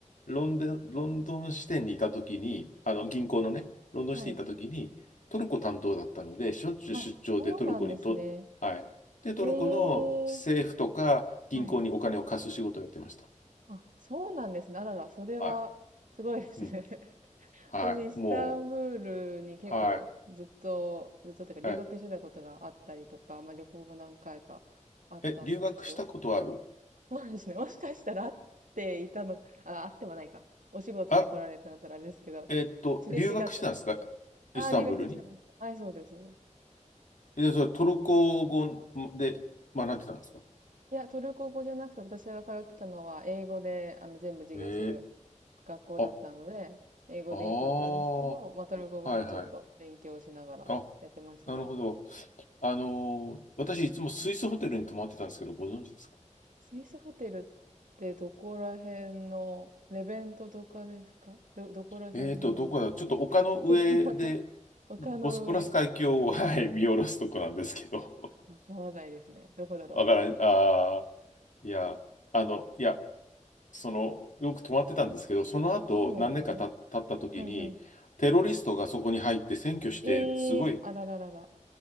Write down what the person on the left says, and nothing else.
ロンドン、ロンドン支店にいたときに、あの銀行のね、ロンドン支店にいたときに、
トルコ担当だったので、しょっちゅう出張でトルコにと、
はい。で、トルコの政府とか銀行にお金を貸す仕事をやってました。
はい。
うん。
はい。
もう、はい。
はい。
え、留学したことある
あ、えっと、
留学してたんですか
イスタンブールに。
え、それトルコ語で学んでたんですか
えー、
あ、
ああ、は
いはい。あ、なるほど。あのー私いつもスイスホテルに泊まってたんですけど、ご存知ですか
えーと、どこだちょっと丘の上で、
ボスポラス海峡を、<laughs> はい、見下ろすとこなんですけど。
<laughs> わからん、
ああ、いや、あの、いや、その、よく泊まってたんですけど、その後、
何年かた経った時に、
テロリストがそこに入って占拠して、
すごい、